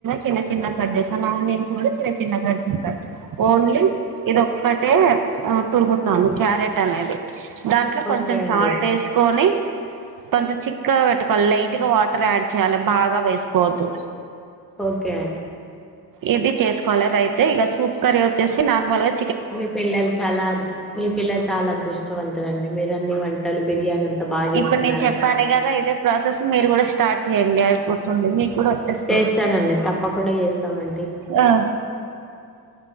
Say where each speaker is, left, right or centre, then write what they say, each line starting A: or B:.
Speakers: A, on the right; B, in the centre.
A: చిన్న చిన్న కట్చేస్తన ఆనియన్స్ కూడా చిన్న చిన్న కట్చేస్తా ఓన్లీ ఇది ఒక్కటే ఆ తరుము వును క్యారెట్ అనేది దాంట్లో
B: ఓకే
A: కొంచెం
B: అండి
A: సాల్ట్ వేసుకొని కొంచెం చిక్కగా పెట్టుకోవాలి లైట్ గా వాటర్ యాడ్ చేయాలి భాగ వేసుకోవోదు
B: ఓకే అండి
A: ఇది చేసుకోవాలి రైతే ఇక సూపు కర్రీ వచ్చేసి నార్మల్గా
B: మీ పిల్లలు చాలా మీ పిల్లలు చాలా అదృష్టవంతులాండి మీరు అన్ని వంటలు బిర్యానీ బాగా చేస్తున్నారండి
A: ఇప్పుడు నేను చెప్పాను కదా ఇదే ప్రాసెస్ మీరు కూడా స్టార్ట్ చేయండి అయిపోతుంది మీకు కూడా వచ్చేస్తుంది
B: చేస్తానండి తప్పకుండా చేస్తామండి
A: ఆ